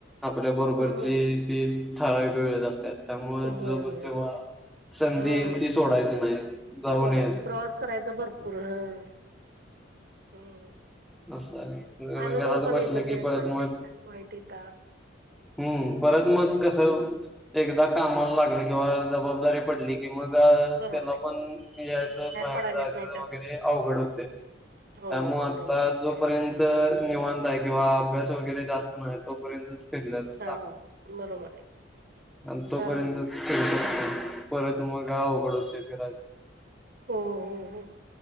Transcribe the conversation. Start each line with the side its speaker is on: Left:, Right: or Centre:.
Centre: आपल्या बरोबरची
Right: हम्म
Centre: ती सारा एक वेळेत असतात त्यामुळे
Right: होय
Centre: ज
Right: होय
Centre: जेव्हा
Right: हो
Centre: संधी
Right: हम्म
Centre: येईल ती सोडायची नाही जाऊन
Right: सोडाय
Centre: यायची
Right: प्रवास <inaudible>
Centre: असं
Right: <inaudible>
Centre: आहे
Right: अनुभव
Centre: घरात
Right: पण
Centre: बसलं
Right: येतात
Centre: की
Right: ते
Centre: परत
Right: चांगले
Centre: मग
Right: येतात वाईट येतात.
Centre: हम्म परत मग कस एकदा कामाला लागले किंवा जबाबदारी पडली कि मग
Right: बरोबर
Centre: त्याला
Right: आहे
Centre: पण यायचं बाहेर
Right: पडायलाच
Centre: जायचं
Right: नाही त्यातन
Centre: वगैरे अवघड होते. त्यामुळे
Right: हो बरोबर
Centre: आता जोपर्यंत निवांत आहे किंवा अभ्यास वगैरे जास्त नाही तोपर्यंतच फिरल्याल
Right: आहे
Centre: चांगल
Right: हा बरोबर आहे
Centre: आणि तोपर्यंतच
Right: हा
Centre: फिरू शकतो परत मग अवघड होते फिरायच.
Right: हो हो हो